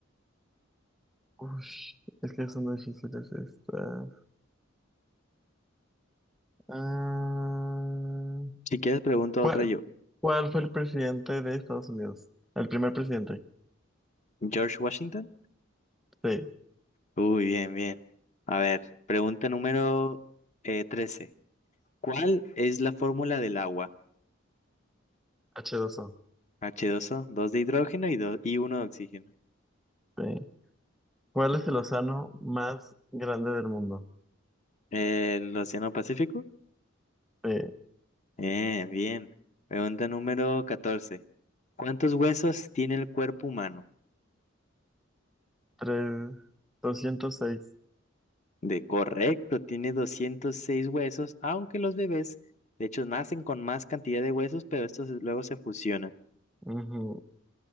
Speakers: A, in the centre; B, on the left.
A: Ush, es que son difíciles estas. Ah,
B: Si quieres, pregunto
A: ¿cuál,
B: otra yo.
A: cuál fue el presidente de Estados Unidos? El primer presidente.
B: ¿George Washington?
A: Sí,
B: Uy, bien, bien. A ver, pregunta número eh, 13. ¿Cuál es la fórmula del agua?
A: h dos o
B: h dos o 2 de hidrógeno y, dos y uno de oxígeno.
A: Sí. ¿Cuál es el océano más grande del mundo?
B: ¿El Océano Pacífico?
A: Sí,
B: Eh, bien. Pregunta número catorce ¿Cuántos huesos tiene el cuerpo humano?
A: tres- Doscientos seis.
B: De correcto, tiene 206 huesos, aunque los bebés, de hecho, nacen con más cantidad de huesos, pero estos luego se fusionan.
A: Ujú.